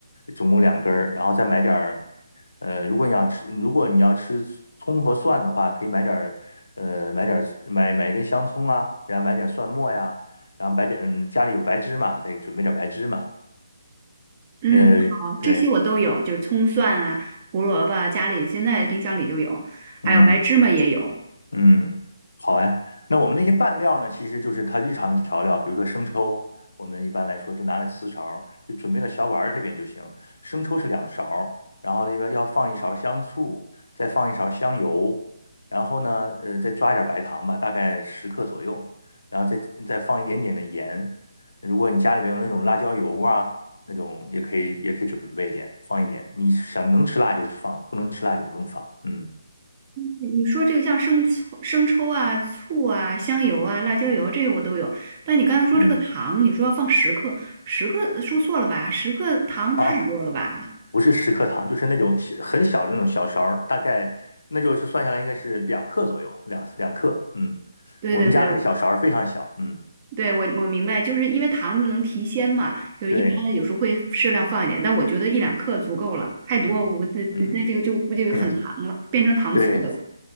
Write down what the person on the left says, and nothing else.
总共两根儿，然后再买点儿。呃，如果你想吃，如果你要吃葱和蒜的话，可以买点儿，呃，买点儿买买一根香葱啊，然后买点蒜末呀，然后买点，嗯，家里有白芝麻，再准备点白芝麻。
呃，
对，
嗯。嗯，好哎。那我们那些拌料呢，其实就是它日常的调料，比如说生抽，我们一般来说就拿来瓷勺儿就准备到小碗儿里边就行。生抽是两勺儿然后另外要放一勺香醋，再放一勺香油，然后呢，呃，再抓一点白糖吧，大概十克左右，然后再再放一点点的盐。如果你家里边有那种辣椒油啊，那种也可以，也可以准备一点，放一点。你想能吃辣就放，不能吃辣就不用放。嗯
嗯。
啊，不是十克糖，就是那种小很小的那种小勺儿大概那就是算下来应该是两克左右，两两克。嗯，
我们家那个小勺儿非常小。嗯，
对，
嗯嗯，<laughs>
对